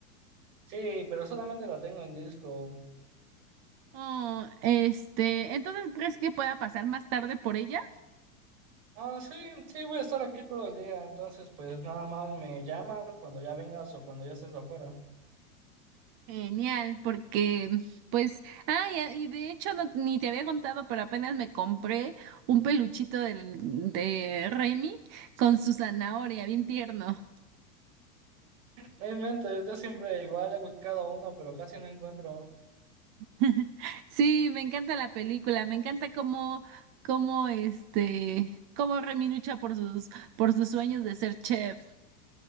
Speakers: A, on the right; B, on the right.
A: Sí, pero solamente la tengo en disco.
B: Oh, este, entonces, ¿crees que pueda pasar más tarde por ella?
A: Ah, sí, sí, voy a estar aquí todo el día, entonces pues nada más me llamas cuando ya vengas o cuando ya estés afuera.
B: Genial, porque, pues, ah, y, y de hecho no- ni te había contado, pero apenas me compré un peluchito del, de Remy con su zanahoria, bien tierno.
A: No inventes, yo siempre igual he buscado uno, pero casi no encuentro.
B: <laughs> Sí, me encanta la película, me encanta cómo, cómo, este, cómo Remy lucha por sus, por sus sueños de ser chef.